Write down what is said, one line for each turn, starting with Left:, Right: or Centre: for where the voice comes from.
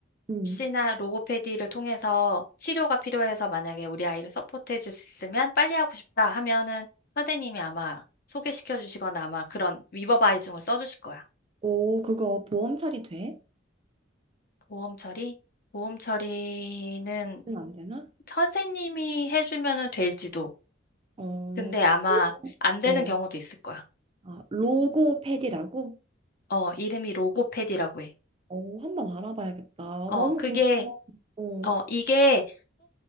Right: 음.
Left: 혹시나 로고페디를 통해서 치료가 필요해서 만약에 우리 아이를 서포트해 줄 수 있으면 빨리 하고 싶다 하면은 선생님이 아마 소개시켜 주시거나 아마 그런 위버바이징을 써 주실 거야.
Right: 오, 그거 보험 처리 돼?
Left: 보험 처리? 보험 처리는
Right: 는안 되나?
Left: 선생님이 해주면은 될지도.
Right: 어,
Left: 근데 아마
Right: 로,
Left: 안 되는
Right: 어,
Left: 경우도 있을 거야.
Right: 아, 로고패디라고?
Left: 어, 이름이 로고페디라고 해.
Right: 어, 한번 알아봐야겠다.
Left: 어,
Right: 너무
Left: 그게,
Right: 고마워. 어,
Left: 어, 이게